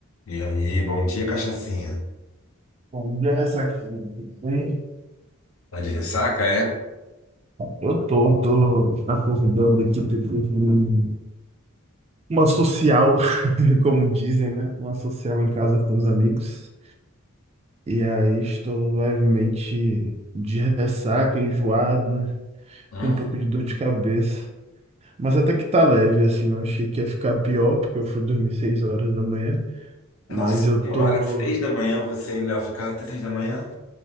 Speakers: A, on the left; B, on the right.
A: E aí, bom dia, cachacinha.
B: Bom dia, Ressacando. Tudo bem?
A: Tá de ressaca, é?
B: Eu tô, tô acordando aqui depois de um- uma social, <laughs> como dizem, né? Uma social em casa com os amigos. E aí estou levemente de ressaca, enjoado,
A: Hum?
B: com um pouco de dor de cabeça. Mas até que tá leve, assim. Eu achei que ia ficar pior, porque eu fui dormir seis horas da manhã. Mas
A: Nossa
B: eu tô
A: senhora, três da manhã você e Léo ficaram até três da manhã?